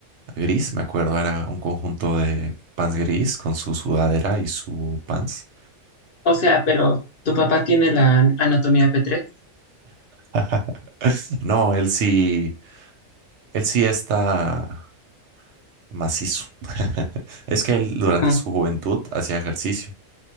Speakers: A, on the right; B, on the left.
A: gris, me acuerdo, era un conjunto de pants gris con su sudadera y su pants.
B: O sea, pero tu papá tiene la an- anatomía p tres,
A: <laughs> No, él sí, él sí está macizo. <laughs> Es que él durante
B: Ujú,
A: su juventud hacía ejercicio,